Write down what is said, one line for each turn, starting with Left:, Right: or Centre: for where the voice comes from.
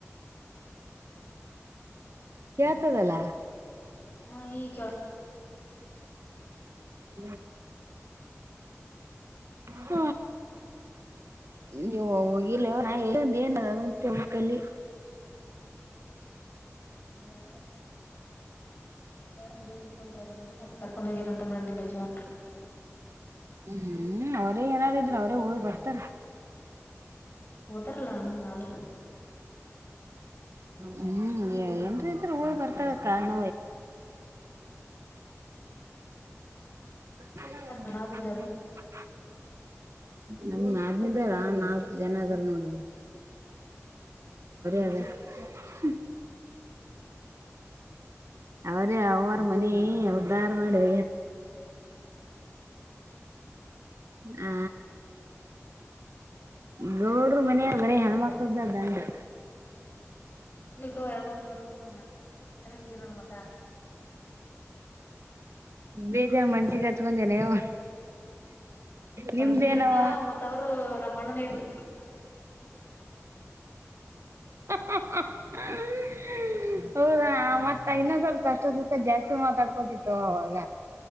Right: <inaudible> ಕೇಳ್ತದಲ್ಲ
Left: ಹಾ ಈಗ
Right: <inaudible> ಹ ನೀವು ಹೋಗಿಲ್ಲ <unintelligible> ಏನಂತ್ ಹೇಳ್ಬೇಕಲ್ಲಿ.
Left: ಅಲ್ಲಾ ಯಾರನ್ ದವರೂಪ ಅವರುೋಬರೇನ ಮತ್ತೆ ಕರ್ಕೊಂಡು ಹೋಗಿರಾರ ಅಂತಂಬಿಂದ ಮಜವಾನ್ರು
Right: ಹ್ಮ್ ಹ್ಮ್ ಅವ್ರೇ ಏನಾರಿದ್ರ ಅವರೇ ಹೋಗಿ ಬರ್ತಾರ
Left: ಉದರ್ಲ ಹಂಗ ಆದರ
Right: ಹ್ಮ್ ಏನುಂದ್ರೆ ಈ ತರ ಊರುಗ್ ಬರ್ತಾ ಇರಕ್ ಕಾರಣ <unintelligible>
Left: ಅನಾದಿಂದ ಯಾರು
Right: <unintelligible> ನಮ್ ನಾದ್ನಿದೀರ ನಾಲ್ಕ್ ಜನ ಇದಾರ್ ನೋಡಿ ಇಲ್ಲಿ. <unintelligible> ಅವ್ರ ಅವರ ಮನಿ ಉದಾರ ಮಾಡೆ ಆ ಗೌಡ್ರು ಮನೆಯಾಗ್ ಬರಿ ಹೆಣ್ಮಕ್ಕಳ್ದೆ ದಂಡು.
Left: ಇಲ್ತೋ ಹೆಣ್ಮಕ್ಳ ಇರ್ಬೇಕು <inaudible> ನೋಡು ಮತ
Right: ಬೇಜಾರ್ ಮನ್ಸಿಗ್ ಹಚ್ಕೊಂಡೇನೆ ಅವ್ವ? ನಿಮ್ದೇನವ
Left: ಮನ್ಸಿಗಿಲ್ಲ ಮತ್ತ ಅವ್ರು ನಮ್ಮ ಅಣ್ಣನ ಹಿಡಿದು
Right: <unintelligible> ಹೌದಾ ಮತ್ತ ಇನ್ನೊ ಸ್ವಲ್ಪ ಕಷ್ಟ ಸುಖ ಜಾಸ್ತಿ ಮಾತಾಡ್ಕೋತಿತ್ತು ಅವಾಗ.